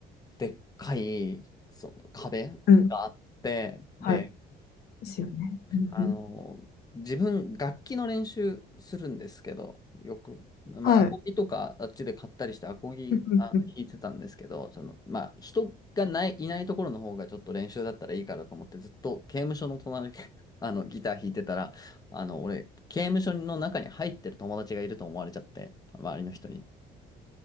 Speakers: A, on the left; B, on the left.
A: でっかい、その壁があって、
B: うん。
A: で、
B: はい。ですよね。うんうん。
A: あの、自分、楽器の練習するんですけど、よく。まあ、
B: はい。
A: アコギとか、あっちで買ったりして、アコギ、
B: うんうんうん
A: あの、弾いてたんですけど、その、まあ、人がない、いないところの方がちょっと練習だったらいいからと思って、ずっと刑務所の隣で <laughs> あの、ギター弾いてたら、あの、俺、刑務所の中に入ってる友達がいると思われちゃって、周りの人に。